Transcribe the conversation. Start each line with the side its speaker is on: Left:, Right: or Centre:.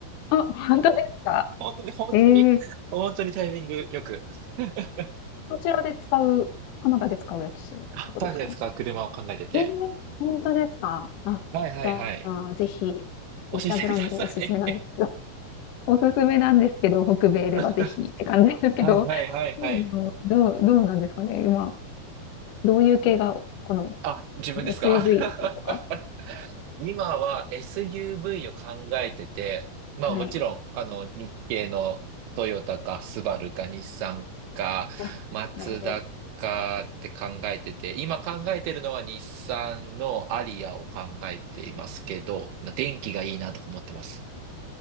Left: あ、本当ですか。
Right: 本当に、本当に、
Left: えー、
Right: 本当にタイミングよく。<laughs>
Left: こちらで使う、カナダで使うやつってことですか
Right: あ、誰ですか、車を考えてて。
Left: えー、本当ですか。あ、
Right: はいはいはい。
Left: じゃあ、ぜひ、
Right: 教えてください。
Left: 自社ブランドおすすめなんですけど、<laughs> おすすめなんですけど、北米ではぜひって感じですけど、
Right: <laughs> はいはいはいはい。
Left: <laughs> でもどう、どうなんですかね、今、どういう系が好みですか
Right: あ、自分ですか
Left: ?SUV
Right: <laughs>
Left: とか
Right: 今は SUV を考えてて、まあもちろん、
Left: はい。
Right: あの、日系のトヨタかスバルか日産かマツダかって考えてて、
Left: あ、なるほど。
Right: 今考えてるのは日産のアリアを考えていますけど、電気がいいなとか思ってます。